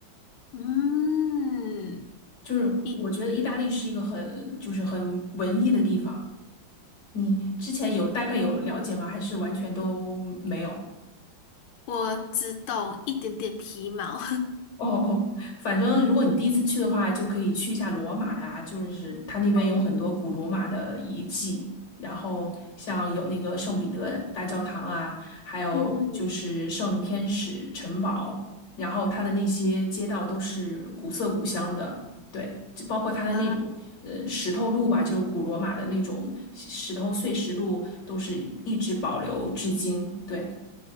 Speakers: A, on the left; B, on the left.
A: 嗯，
B: 就是我觉得意大利是一个很，
A: 一点点
B: 就是很文艺的地方。你之前有大概有了解吗？还是完全都没有？
A: 我只懂一点点皮毛。
B: <laughs> 哦哦，反正如果你第一次去的话，就可以去一下罗马呀，就是它那边有很多古罗马的遗迹，
A: <laughs> 哦，
B: 然后像有那个圣彼得大教堂啊，还有就是圣天使城堡，
A: 嗯嗯，
B: 然后它的那些街道都是古色古香的，对，就包括它的那种呃石头路吧，
A: 哇。
B: 就是古罗马的那种石石头碎石路，都是一直保留至今，对。